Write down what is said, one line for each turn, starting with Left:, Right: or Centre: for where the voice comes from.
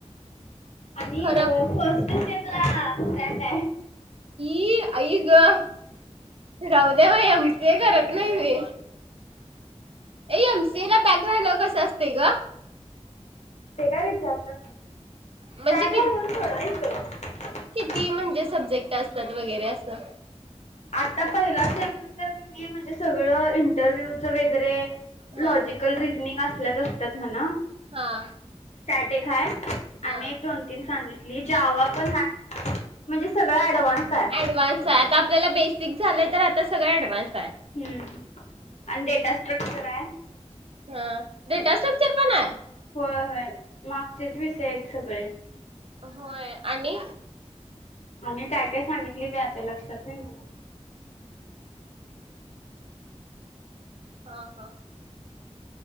Left: आणि
Right: खरं
Left: फस्ट स्टेप- ला पॅक आहे.
Right: ई आई गं राहूदे मग एम सी ए करत नाही मी. ऐ एम सी ए ला बॅक राहिल्या वर कसं असतय गं.
Left: ते काय विचारत्यात.
Right: म्हणजे
Left: बॅक राहिल्या वर सोडवायच.
Right: ती म्हणजे सब्जेक्ट असतात वगैरे असं
Left: आता पहिला सेमीस्टरला तर कणी म्हणजे सगळं इंन्टरविव्हच वगैरे.
Right: हा
Left: लॉजिकल रिजनिंग अस. आपल्याच असतात म्हणा.
Right: हा.
Left: चार्ट एक हाय.
Right: हा
Left: आणि एक दोन तीन सांगितल्या. ली जावा पण हाय म्हणजे सगळ ऍडव्हान्स. आहे
Right: ऍडव्हान्स आहे आता आपल्याला बेसिक फिक्स झालं तर आता सगंळ एडवान्स.
Left: हम्म आणि डेटा स्ट्रक्चर आहे.
Right: हा डेटा स्ट्रक्चर पण आहे.
Left: होय होय मागचेच विषय आहेत. सगळे.
Right: होय आणि
Left: आणि काय काय सांगितली बाई आता लक्षात नाही मला
Right: हा हा.